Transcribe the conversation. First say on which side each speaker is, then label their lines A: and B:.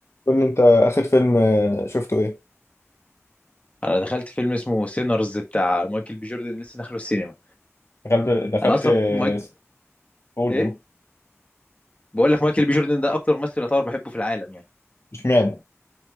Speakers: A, on the left (about 60°); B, on the left (about 25°).
A: قول لي انت اخر فيلم آه، شفته ايه
B: انا دخلت فيلم اسمه سينرز بتاع مايكل بي جوردن لسه داخله السينما
A: دخلت دخلت
B: انا اصلا
A: آه،
B: مايك
A: قول
B: ايه
A: قول
B: بقول لك مايكل بي جوردن ده اكتر ممثل يعتبر بحبه في العالم يعني
A: اشمعنى